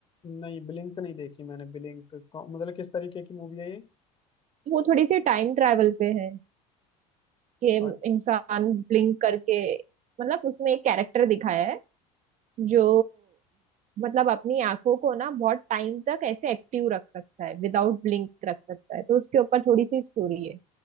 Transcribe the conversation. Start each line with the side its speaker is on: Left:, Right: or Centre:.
Left: नहीं ब्लिंक तो नहीं देखी मैंने ब्लिंक मतलब किस तरीके की मूवी है ये
Right: वो थोड़ी सी टाइम ट्रैवल पे है कि
Left: अ-
Right: इंसान ब्लिंक करके मतलब उसमें एक कैरेक्टर दिखाया है जो मतलब अपनी आंखों को ना बहुत टाइम तक ऐसे एक्टिव रख सकता है विदाउट ब्लिंक रख सकता है तो उसके ऊपर थोड़ी सी स्टोरी है